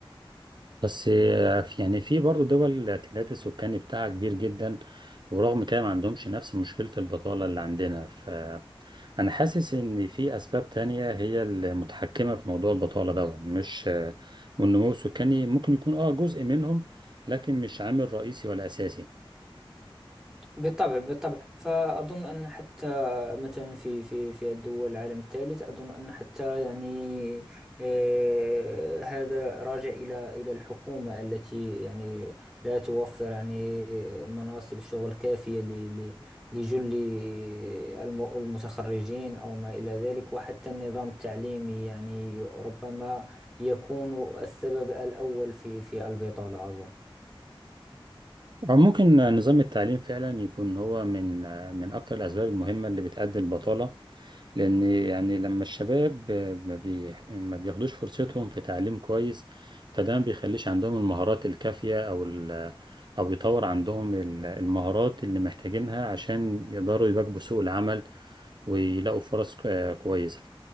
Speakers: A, on the right; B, in the centre.
A: بس آه، في- يعني في برضه دول التعداد السكاني بتاعها كبير جدا ورغم كده ما عندهمش نفس مشكلة البطالة اللي عندنا فأنا حاسس إن في أسباب تانية هي المتحكمة في موضوع البطالة ده مش آه، والنمو السكاني ممكن يكون آه جزء منهم لكن مش عامل رئيسي ولا أساسي
B: بالطبع بالطبع فأظن أن حتى مثلا في في في الدول العالم الثالث أظن أن حتى يعني آه، هذا راجع إلى إلى الحكومة التي يعني لا توفر يعني مناصب شغل كافية ل- ل- لجل الم- المتخرجين أو ما إلى ذلك وحتى النظام التعليمي يعني ربما يكون السبب الأول في في البطالة أظن
A: آه، ممكن نظام التعليم فعلا يكون هو من من اكتر الاسباب المهمه اللي بتؤدي البطاله لان يعني لما الشباب ما بي ما بياخدوش فرصتهم في تعليم كويس فده ما بيخليش عندهم المهارات الكافيه او ال او يطور عندهم ال- المهارات اللي محتاجينها عشان يقدروا يواكبوا سوق العمل ويلاقوا فرص ك- كويسه